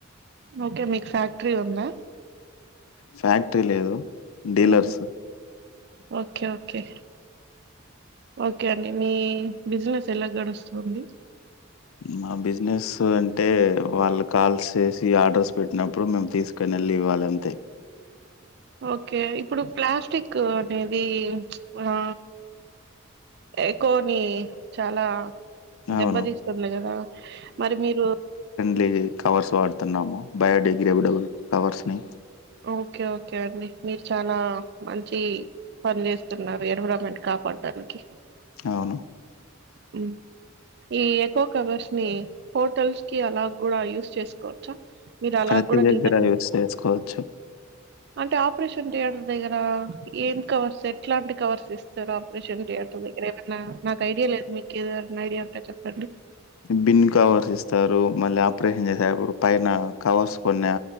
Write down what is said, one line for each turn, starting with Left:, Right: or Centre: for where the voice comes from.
Right: ఓకే మీకు ఫ్యాక్ట్రీ ఉందా
Left: ఫ్యాక్ట్రీ లేదు డీలర్సు
Right: ఉమ్, ఓకే ఓకే ఓకే అండి మీ బిజినెస్ ఎలా గడుస్తుంది
Left: మా బిజినెస్ అంటే వాళ్ళు కాల్స్ చేసి ఆర్డర్స్ పెట్టినప్పుడు మేము తీసుకొని వెళ్ళి ఇవ్వాలి అంతే
Right: ఓకే ఇప్పుడు ప్లాస్టిక్ అనేది ఆ ఎకోని చాలా
Left: అవును.
Right: దెబ్బతీస్తుంది కదా మరి మీరు
Left: లగేజ్ కవర్స్ వాడుతున్నాము బయోడిగ్రేడబుల్ కవర్స్ ని
Right: ఓకే ఓకే అండి మీరు చానా మంచి పని చేస్తున్నారు ఎన్విరాన్మెంట్ కాపాడడానికి
Left: అవును
Right: ఉమ్ ఈ ఎకో కవర్స్ ని హోటల్స్ కి అలా కూడా యూస్ చేసుకోవచ్చా మీరు అలా
Left: ప్రతి
Right: కూడా
Left: దగ్గర
Right: డిజైన్
Left: యూస్ చేసుకోవచ్చు
Right: అంటే ఆపరేషన్ థియేటర్ దగ్గర ఏం కవర్స్ ఎట్లాంటి కవర్స్ ఇస్తారు ఆపరేషన్ థియేటర్ దగ్గర ఏమన్నా న ఐడియా లేదు మీకు ఏదన్నా ఐడియా ఉంటే చెప్పండి
Left: బిన్ కవర్స్ ఇస్తారు మళ్ళీ ఆపరేషన్ చేసేటప్పుడు పైన కవర్స్ కొన్ని